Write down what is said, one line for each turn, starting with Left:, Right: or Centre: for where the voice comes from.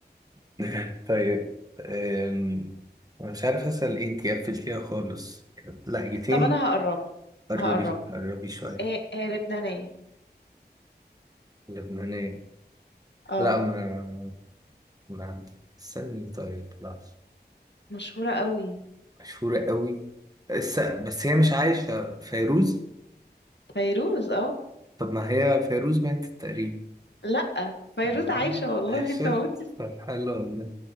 Right: <laughs> طيب أم، أنا مش عارف أسأل إيه أنتي قفلتيها خالص لهجتين
Left: <laughs> طب أنا هقربها
Right: قربي
Left: هقربها
Right: قربي شوية
Left: ايه ايه لبنانية
Right: لبنانية
Left: اه
Right: لا ما ما عندي استني طيب لا
Left: مشهورة أوي
Right: مشهورة قوي بس, بس هي مش عايشة فيروز
Left: فيروز اه
Right: طب ما هي فيروز ماتت تقريبا
Left: لا فيروز
Right: والله
Left: عايشة والله
Right: عايشة
Left: <laughs> انت قلت
Right: طب حلو والله